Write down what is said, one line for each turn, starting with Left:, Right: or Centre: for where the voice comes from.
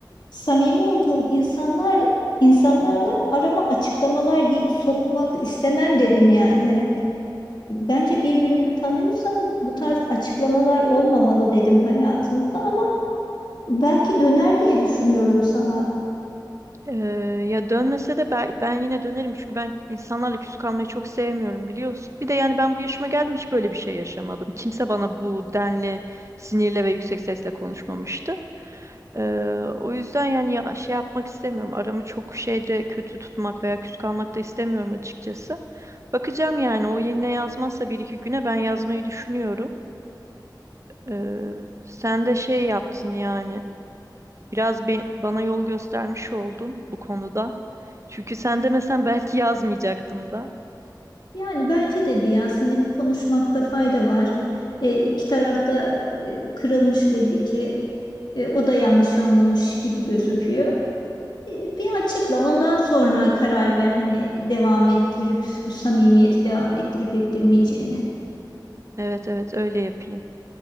Left: samimi olduğum insanlar insanlarda arama açıklamalar gi- sokmak istemem dedim yani. Hani bence birbirinizi tanıyorsanız bu tarz açıklamalar olmamalı dedim hayatınızda ama belki döner diye düşünüyorum sana.
Right: Ee, ya dönmese de ben, ben yine dönerim çünkü ben insanlarla küs kalmayı çok sevmiyorum biliyorsun. Bir de yani ben bu yaşıma geldim hiç böyle bir şey yaşamadım. Kimse bana bu denli sinirle ve yüksek sesle konuşmamıştı. Ee, o yüzden yani ya, şey yapmak istemiyorum. Aramı çok şeyle kötü tutmak veya küs kalmak da istemiyorum açıkçası. Bakacağım yani o yine yazmazsa bir iki güne ben yazmayı düşünüyorum. Ee, sen de şey yaptın yani. Biraz be- bana yol göstermiş oldun bu konuda. Çünkü sen demesen <laughs> belki yazmayacaktım da.
Left: Yani bence de bir yaz hani bir konuşmakta fayda var. E, iki tarafta kırılmış belli ki. E, o da yanlış anlamış gibi gözüküyor. E, Bir açıkla ondan sonra karar ver hani devam ettirip bu samimiyeti devam ettirip ettirmeyeceğini.
Right: Evet evet öyle yapayım.